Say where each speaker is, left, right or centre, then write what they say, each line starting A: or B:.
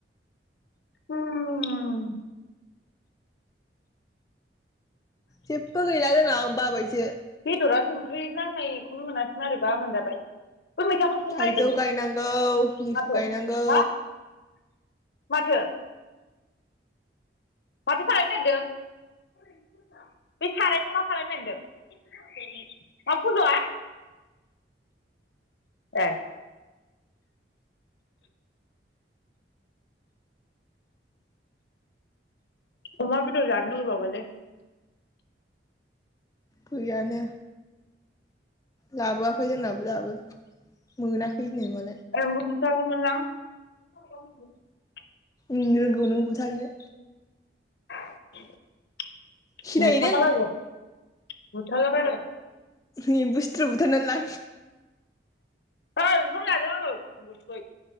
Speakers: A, on the left (about 65°); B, on the left (about 20°).
A: <unintelligible>
B: जेबो गैला जोंनाव आं बाबायसो
A: बेदरा संख्रि नांनायखौनो मोनासै मारैबा मोनजाबाय बै मैथाखौ संनो
B: थाइजौ
A: नागिरदों
B: गायनांगौ लिसु
A: माथो
B: गायनांगौ
A: हा माथो माथो खालायनो नागिरदों बे सारायखौ मा खालायनो नागिरदों मा फज'आ ए अमा बेदर जानो लुगैबावबायलै
B: गैयानो लाबोआखै जोंनाबो दाबो मोना <unintelligible>
A: एम्बु बुथारगौमोनलां <unintelligible>
B: ओम रोंगौ नों बुथारनो
A: <inaudible>
B: सिनायो
A: बुथारला
B: नों
A: बायगोन बुथारला बायगोन
B: एमबु सि थ्रु बुथारनालां
A: ओइ ओंखाम जादों आङो मुगै सुगै